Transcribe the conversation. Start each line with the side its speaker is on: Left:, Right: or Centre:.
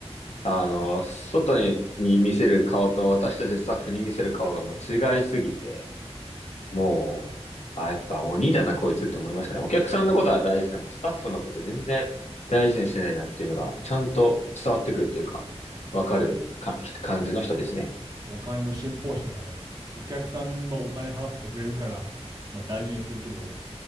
Left: う、あの、外に、に見せる顔と私たちスタッフに見せる顔がもう違いすぎて、もう、あ、やっぱ鬼だな、こいつって思いましたね。お客さんのことは大事でも、スタッフのこと全然大事にしてないなっていうのが、ちゃんと伝わってくるっていうか、わかるか、感じの人ですね。
Right: お金の信奉者だね。お客さんもお金払ってくれるから、まあ大事にするけど。